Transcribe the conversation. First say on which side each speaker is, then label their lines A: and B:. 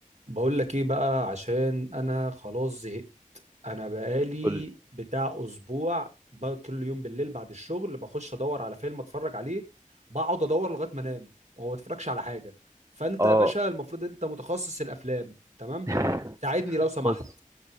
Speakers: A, on the right; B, on the right.
A: بقول لك ايه بقى عشان انا خلاص زهقت انا بقالي
B: قول لي
A: بتاع اسبوع بقى كل يوم بالليل بعد الشغل بخش ادور على فيلم اتفرج عليه بقعد ادور لغايه ما انام وما بتفرجش على حاجه فانت
B: اه
A: يا باشا المفروض انت متخصص الافلام تمام
B: <laughs>
A: ساعدني لو سمحت
B: بص